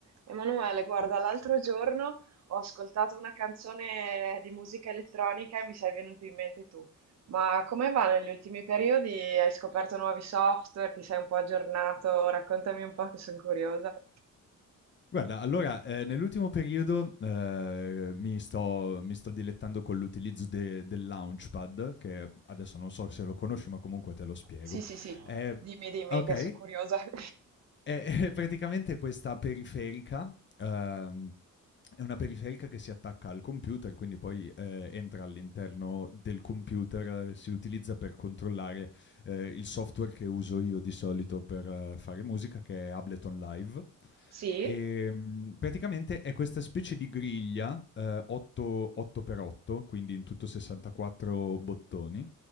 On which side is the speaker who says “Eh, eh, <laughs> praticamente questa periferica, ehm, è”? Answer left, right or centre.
Left